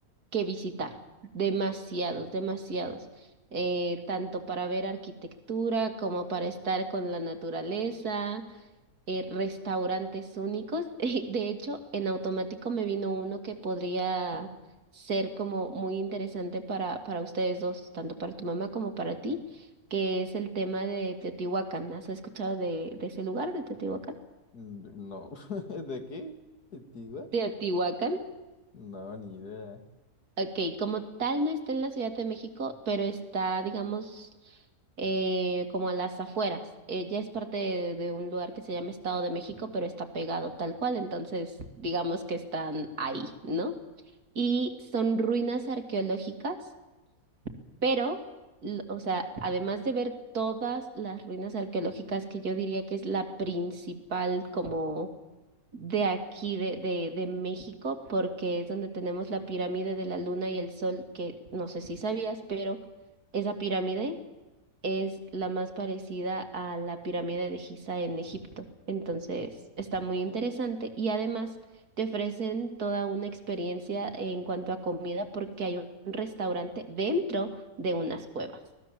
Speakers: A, on the right (about 70°); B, on the left (about 75°).
A: que visitar, demasiados, demasiados, eh, tanto para ver arquitectura como para estar con la naturaleza, eh, restaurantes únicos. <laughs> Y De hecho, en automático me vino uno que podría ser como muy interesante para, para ustedes dos, tanto para tu mamá como para ti, que es el tema de Teotihuacán. ¿Has escuchado de, de ese lugar, de Teotihuacán?
B: Mm, No, <laughs> ¿de qué? ¿Antigua?
A: Teotihuacán.
B: No, ni idea.
A: Ok, como tal no está en la Ciudad de México, pero está, digamos, eh, como a las afueras. Ella es parte de, de un lugar que se llama Estado de México, pero está pegado tal cual, entonces digamos que están ahí, ¿no? Y son ruinas arqueológicas. Pero, l- o sea, además de ver todas las ruinas arqueológicas que yo diría que es la principal como de aquí, de, de, de México, porque es donde tenemos la pirámide de la Luna y el Sol, que no sé si sabías, pero esa pirámide es la más parecida a la pirámide de Giza en Egipto. Entonces, está muy interesante y además te ofrecen toda una experiencia en cuanto a comida porque hay un restaurante dentro de unas cuevas.